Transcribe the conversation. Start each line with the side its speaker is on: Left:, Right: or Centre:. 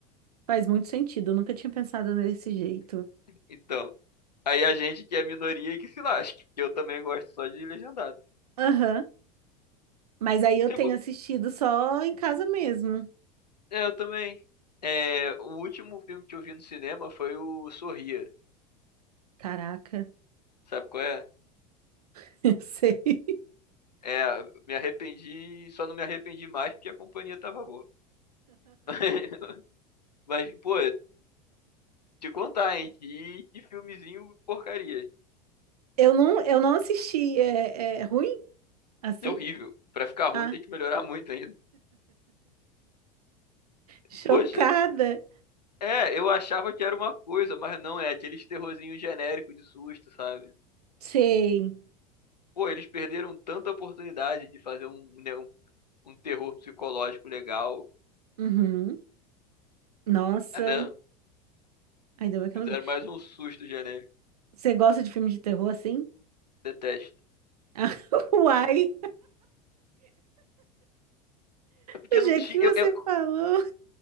Right: Faz muito sentido, eu nunca tinha pensado nesse jeito.
Left: Então, aí a gente que é minoria que se lasque, que eu também gosto só de legendado.
Right: Aham. Mas aí eu
Left: Tipo,
Right: tenho assistido só em casa mesmo.
Left: é, eu também. É, o último filme que eu vi no cinema foi o Sorria.
Right: Caraca,
Left: Sabe qual é?
Right: <laughs> eu sei.
Left: É, me arrependi, só não me arrependi mais porque a companhia tava boa. <laughs> Mas, pô, te contar, hein? Que, que filmezinho porcaria.
Right: Eu não, eu não assisti. É, é ruim assim?
Left: É horrível. Pra ficar ruim
Right: Ah,
Left: tem que melhorar muito ainda.
Right: chocada.
Left: Poxa, é, eu achava que era uma coisa, mas não é aqueles terrorzinhos genéricos de susto, sabe?
Right: Sei.
Left: Pô, eles perderam tanta oportunidade de fazer um, né, um, um terror psicológico legal.
Right: Uhum. Nossa.
Left: Ah, não.
Right: Ainda bem que
Left: Fizeram
Right: eu não vi.
Left: mais um susto genérico.
Right: Você gosta de filme de terror assim? <laughs>
Left: Detesto.
Right: Ah, Uai,
Left: É porque
Right: do
Left: não
Right: jeito
Left: tinha.
Right: que você
Left: Eu, eu,
Right: falou.